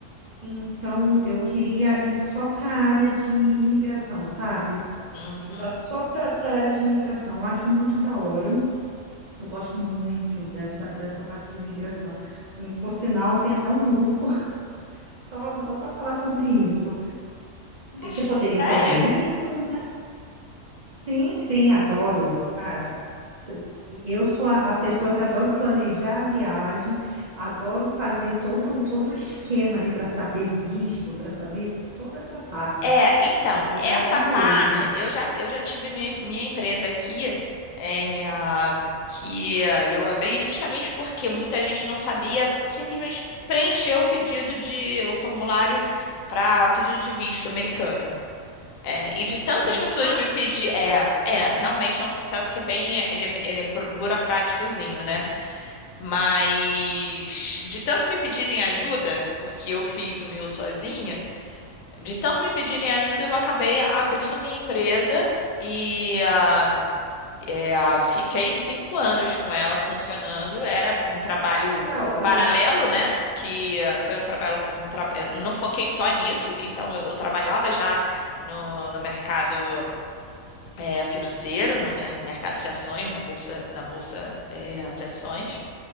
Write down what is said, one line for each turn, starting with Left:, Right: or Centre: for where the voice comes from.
Right: então eu queria ir só para a área de imigração, sabe?
Left: Uhum.
Right: Estudar só para a área de imigração. Eu acho muito da hora. Eu gosto muito dessa, dessa parte de imigração. E, Por sinal, tem até um grupo <laughs> só, só para falar sobre isso. Você
Left: Sério?
Right: poderia fazer isso? né Sim, sim, adoro, cara. Se- Eu sou a, a pessoa que adoro planejar a viagem, adoro fazer todo, todo o esquema ali para saber visto, para saber toda essa parte.
Left: É, então,
Right: É, é
Left: essa
Right: maravilhoso.
Left: parte, eu já, eu já tive minha, minha empresa aqui, é, a- que ah, eu abri justamente porque muita gente não sabia, simplesmente preencher o pedido de, o formulário para pedido de visto americano. É, e de tantas
Right: E é chato
Left: pessoas me pedir, é, é, realmente é um processo que é bem, ele, é, ele é pro- burocráticozinho, né? Mas de tanto me pedirem ajuda, porque eu fiz o meu sozinha, de tanto me pedirem ajuda, eu acabei abrindo a minha empresa e ah, é, ah, fiquei cinco anos com ela funcionando. Era um trabalho
Right: da hora,
Left: paralelo, né? Que ah, foi um trabalho, um tra... eu não foquei só nisso, então eu eu trabalhava já no, no mercado é, financeiro, no mer- mercado de ações, na bolsa, na bolsa é, de ações.